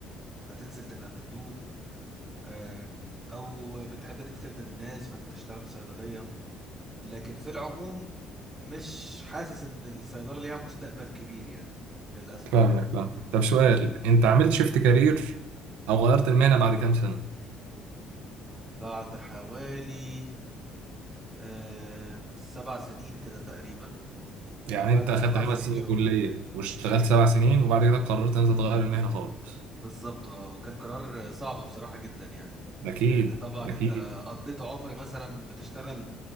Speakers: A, on the right (about 15°); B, on the right (about 80°).
A: فتنزل تبقى مندوب آم، او بتحب ان انت تخدم الناس فانت تشتغل في صيدليه لكن في العموم مش حاسس ان الصيدله ليها مستقبل كبير يعني للاسف
B: فاهمك فاهمك طب سؤال انت عملت شيفت كارير او غيرت المهنة بعد كام سنة؟
A: بعد حوالي آه، سبع سنين كده تقريبا يعني
B: يعني
A: بعد
B: انت اخدت
A: سبع
B: خمس
A: سنين
B: سنين
A: شغل
B: كلية واشتغلت سبع سنين وبعد كده قررت ان انت تغير المهنة خالص
A: بالظبط اه وكان قرار صعب بصراحة جدا يعني
B: اكيد
A: لأن طبعا أنت
B: اكيد
A: قضيت عمر مثلا بتشتغل